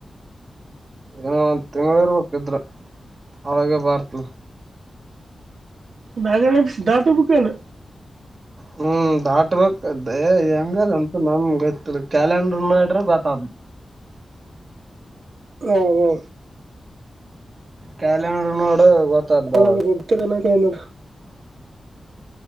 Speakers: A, on the right; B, on the right.
A: ಒ ತಿಂಗಳ ಇರ್ಬೇಕಿದ್ರ ಅವಾಗ ಬಾರ್ತ್
B: ನಗರ ದತ ಮುುಕನು
A: ಹ್ಮ್ ದಾಟಬೇಕಕ್ ಹೆಂಗದಂತ ನಮ್ ಗ ಕ್ಯಾಲಂಡರ್ ನಡ್ರ ಗತ
B: ಓ ಹಓ
A: ಕ್ಯಾಲೆಂಡರ್ ನೋಡು ಗೊತ್ತ್ದ
B: ಎಲ್ಲ ಗೊತ್ತಿರ ಮಾಮೂಲಿ